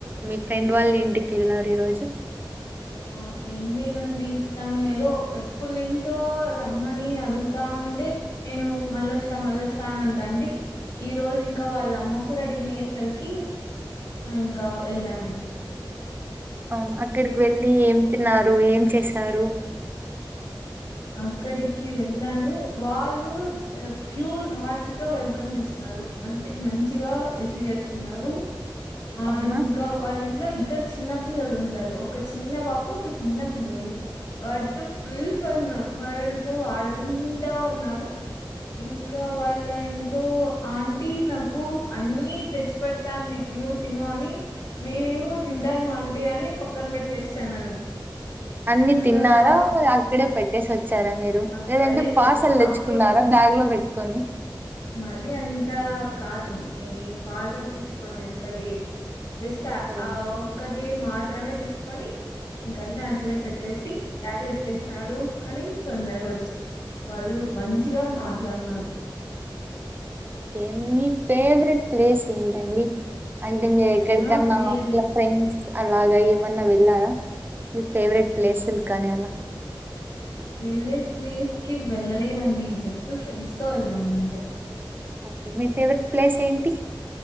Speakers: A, on the right (about 25°); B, on the left (about 60°).
A: మీ ఫ్రెండ్ వాళ్ళింటికి వెళ్లారు ఈరోజు
B: ఆ ఏం లేదండి తను ఏదో ఎప్పుటినుంచో రమ్మని అడుగుతా ఉంటే నేను మళ్ళొస్తా మళ్ళొస్తా అని అంటా ఉంటి ఈ రోజు ఇంకా వాళ్ళమ్మ కూడా అడిగేసరికి ఇంక వెళ్ళానండి
A: అవును అక్కడికి వెళ్ళి ఏం తిన్నారు ఏం చేశారు
B: అక్కడికి వెళ్ళాను వాళ్ళు ప్యూర్ హార్ట్ తో వెల్కమ్ చేసినారు అంటే మంచిగా రిసీవ్ చేసుకున్నారు ఆ
A: అవునా
B: ఇంకా వాళ్ళింట్లో ఇద్దరు చిన్న పిల్లలు ఉంటారు ఒక చిన్న పాప ఒక చిన్న పిల్లోడు వాడితో ఫుల్ తన్ను వాడితో ఆడుకుంటా ఉన్నాను ఇంకా వాళ్ళ ఇంట్లో ఆంటీ నాకు అన్నీ తెచ్చి పెడతాంది తిను తిను అని నేనేమో తింటాను అంటే అని పక్కన పెట్టేస్తాన్నాను
A: అన్ని
B: ఇంకా
A: తిన్నారా
B: లాస్ట్
A: ఆక్కడే పెట్ టేసో చ్చారా మీరు
B: అక్కడే
A: లేదంటే పార్సల్
B: పెట్టిన
A: తెచ్చుకున్నారా
B: అప్పుడు
A: బ్యాగ్ లో పెట్టుకొని
B: మరీ అంత కాదండి నేనేం పార్సల్ తెచ్చుకోని ఎంత లేదు తెస్తా
A: అవునా
B: ఆ ఒకటి మాత్రమే తీసుకొని ఇంకన్నీ అట్లే పెట్టేసి డాడీ వచ్చేసినాడు అని తొందరగా వచ్చేసా వాళ్ళు మంచిగా మాట్లాడినారు
A: తే మీ ఫేవరెట్ ప్లేస్ ఏంటండి అంటే మీరు ఎక్కడికన్నా
B: నా ఫేవరెట్
A: ఇలా ఫ్రెండ్స్ అలాగ ఏమన్నా వెళ్ళారా మీ ఫేవరెట్ ప్లేసులు కానీ అలా
B: ఫేవరేట్ ప్లేస్ కి వెళ్ళలేదండి <inaudible> ఫ్రెండ్స్ తో వెళ్ళాను అంతే
A: ఓకే మీ ఫేవరెట్ ప్లేస్ ఏంటి